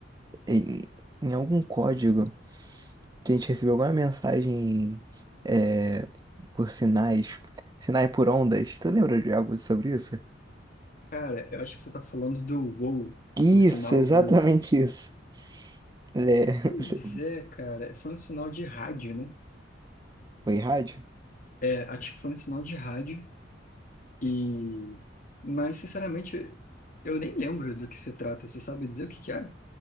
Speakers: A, on the right; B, on the left.
A: em, em algum código que a gente recebeu alguma mensagem é, por sinais, sinais por ondas. Tu lembra de algo sobre isso?
B: Cara, eu acho que você tá falando do WoW,
A: Isso,
B: o sinal
A: <laughs> exatamente
B: WoW.
A: isso. É,
B: Pois
A: <laughs>
B: é, cara, foi um sinal de rádio, né?
A: foi rádio?
B: É, acho que foi um sinal de rádio e... Mas, sinceramente, eu nem lembro do que se trata. Você sabe dizer o que que era?